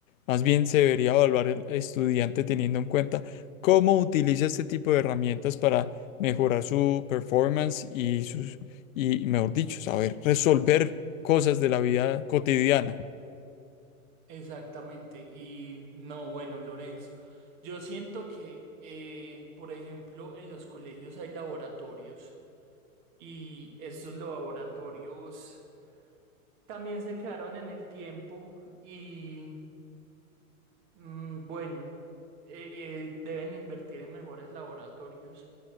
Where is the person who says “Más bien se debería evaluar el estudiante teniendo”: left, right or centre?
Left